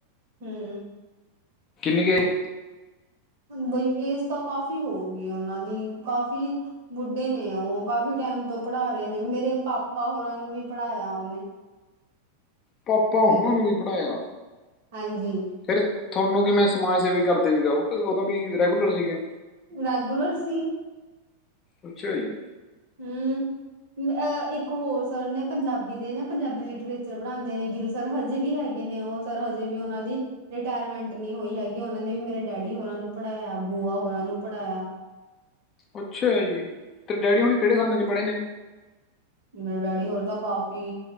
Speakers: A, on the right (about 55°); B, on the left (about 30°).
A: ਹੂੰ
B: ਕਿੰਨੀ ਕ ਏਹ
A: ਬਈ ਏਜ਼ ਤਾਂ ਕਾਫ਼ੀ ਹੋਊਗੀ ਉਹਨਾਂ ਦੀ ਕਾਫ਼ੀ। ਬੁੱਢੇ ਨੇ ਉਹ ਕਾਫੀ ਟਾਈਮ ਤੋਂ ਪੜ੍ਹਾ ਰਹੇ ਨੇ ਮੇਰੇ ਪਾਪਾ ਹੋਰਾਂ ਨੂੰ ਵੀ ਪੜ੍ਹਾਇਆ ਉਹਨੇ।
B: ਪਾਪਾ
A: ਵੇਖ
B: ਹੋਣਾ
A: ਲੋ
B: ਨੂੰ ਵੀ ਪੜ੍ਹਾਇਆ।
A: ਹਾਂਜੀ।
B: ਫਿਰ ਤੁਹਾਨੂੰ ਕਿਵੇਂ ਸਮਾਜ ਸੇਵੀ ਕਰਦੇ ਸੀਗਾ ਉਦੋਂ ਵੀ ਰੈਗੂਲਰ ਸੀਗੇ।
A: ਰੈਗੂਲਰ ਸੀ।
B: ਅੱਛਾ ਜੀ।
A: ਹੂੰ ਅ ਇੱਕ ਹੋਰ ਸਰ ਨੇ ਪੰਜਾਬੀ ਦੇ ਨੇ ਪੰਜਾਬੀ ਲਿਟਰੇਚਰ ਪੜਾਉਂਦੇ ਨੇ ਗਿਰ ਸਰ ਹਜੇ ਵੀ ਹੈਗੇ ਨੇ ਉਹ ਸਰ ਹਜੇ ਵੀ ਉਹਨਾਂ ਦੀ। ਰਿਟਾਇਰਮੈਂਟ ਨਹੀਂ ਹੋਈ ਹੈਗੀ ਉਹਨਾਂ ਨੇ ਵੀ ਮੇਰੇ ਡੈਡੀ ਹੋਰਾਂ ਨੂੰ ਪੜ੍ਹਾਇਆ ਬੂਆ ਹੋਰਾਂ ਨੂੰ ਪੜ੍ਹਾਇਆ।
B: ਅੱਛਾ ਜੀ ਤੇ ਡੈਡੀ ਹੁਣੀ ਕਿਹੜੇ ਸਨ ਚ ਪੜ੍ਹੇ ਨੇ।
A: ਮੇਰੇ ਡੈਡੀ ਹੋਰੀ ਤਾਂ ਕਾਫੀ